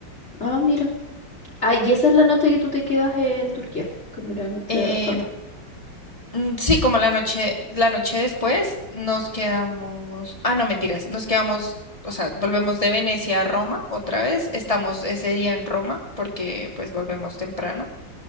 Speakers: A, on the left; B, on the left.
A: Ah, mira. Ah, y esa es la noche que tú te quedas en Turquía, como la noche
B: Em,
A: restante.
B: mm, sí, como la noche, la noche después nos quedamos. Ah, no, mentiras, nos quedamos, o sea, volvemos de Venecia a Roma otra vez. Estamos ese día en Roma porque pues volvemos temprano.